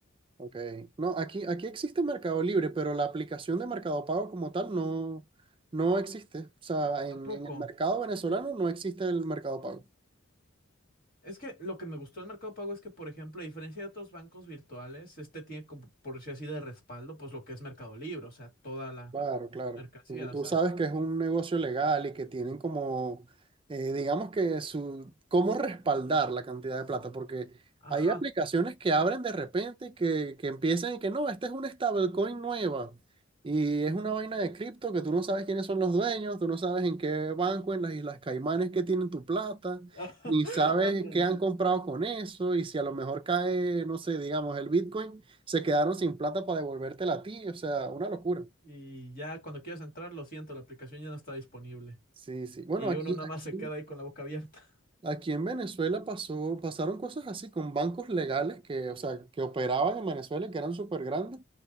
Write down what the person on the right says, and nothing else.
Ok, no, aquí, aquí existe Mercado Libre, pero la aplicación de Mercado Pago como tal no, no existe. O sea,
en,
en el mercado venezolano no existe el Mercado Pago.
Claro, claro.
Tú, tú
sabes que es un negocio legal y que tienen como, eh, digamos que su, cómo respaldar la cantidad de plata, porque
hay aplicaciones que abren de repente y que, que empiezan y que no, esta es una stablecoin nueva y es una vaina de cripto que tú no sabes quiénes son los dueños, tú no sabes en qué banco, en las Islas Caimanes que tienen tu plata,
ni sabes
qué han comprado con eso y si a lo mejor cae, no sé, digamos, el Bitcoin, se quedaron sin plata para devolvértela a ti, o sea, una locura.
Sí, sí. Bueno,
aquí,
aquí,
aquí en Venezuela pasó, pasaron cosas así con bancos legales que, o sea, que operaban en Venezuela y que eran súper grandes